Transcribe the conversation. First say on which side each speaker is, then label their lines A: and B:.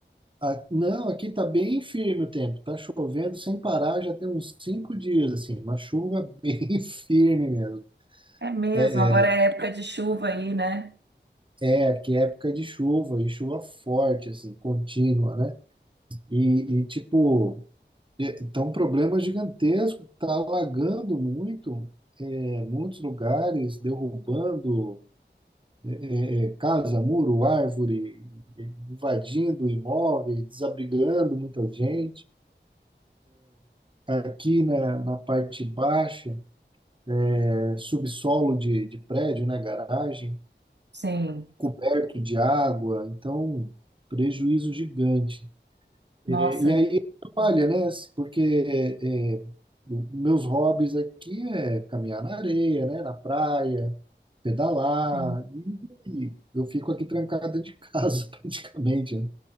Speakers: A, on the right; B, on the right.
A: a- não, aqui tá bem firme o tempo. Tá chovendo sem parar, já tem uns cinco dias, assim, uma chuva <laughs> bem firme mesmo.
B: É mesmo,
A: É,
B: agora
A: é,
B: é época de chuva aí, né?
A: é, aqui é época de chuva, e chuva forte, assim, contínua, né? E, e, tipo, É, Então, um problema é gigantesco que está alagando muito, é, muitos lugares, derrubando é, é, é, casa, muro, árvore, é, invadindo imóveis, desabrigando muita gente. Aqui na, na parte baixa, é, subsolo de, de prédio, né, garagem,
B: Sim.
A: coberto de água, então prejuízo gigante. É,
B: Nossa,
A: e aí atrapalha, né? Porque é, o- meus hobbies aqui é caminhar na areia, né? Na praia, pedalar,
B: sim.
A: e, e eu fico aqui trancado dentro de casa <laughs> praticamente. né?